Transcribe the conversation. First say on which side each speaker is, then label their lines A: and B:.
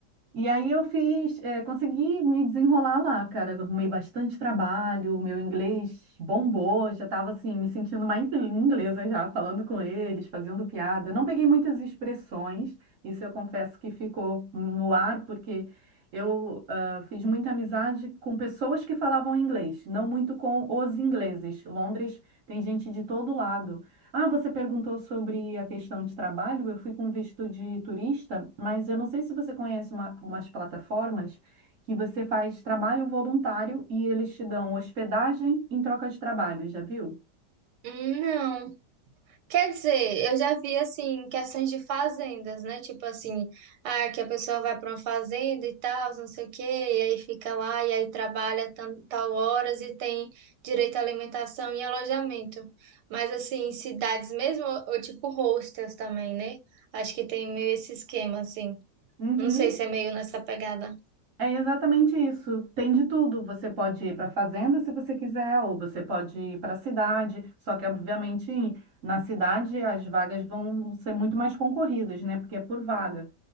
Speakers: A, on the right (about 60°); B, on the right (about 75°).
A: E aí eu fiz, eh, consegui me desenrolar lá, cara. Eu Arrumei bastante trabalho, meu inglês bombou, já estava assim, me sentindo mais ingl- inglesa já, falando com eles, fazendo piada. Não peguei muitas expressões, isso eu confesso que ficou no ar, porque eu ah, fiz muita amizade com pessoas que falavam inglês, não muito com os ingleses. Londres tem gente de todo lado. Ah, você perguntou sobre a questão de trabalho. Eu fui com visto de turista, mas eu não sei se você conhece uma- umas plataformas que você faz trabalho voluntário e eles te dão hospedagem em troca de trabalho, já viu?
B: Hum, Não. Quer dizer, eu já vi assim questões de fazendas, né? Tipo assim, ah, que a pessoa vai para uma fazenda e tal, não sei o quê, e aí fica lá e aí trabalha tan- tal horas e tem direito à alimentação e alojamento. Mas assim, em cidades mesmo, ou, ou tipo hostels também, né? Acho que tem meio esse esquema assim.
A: Uhum.
B: Não sei se é meio nessa pegada.
A: É exatamente isso. Tem de tudo. Você pode ir para a fazenda se você quiser, ou você pode ir para a cidade. Só que, obviamente, na cidade as vagas vão ser muito mais concorridas, né? Porque é por vaga.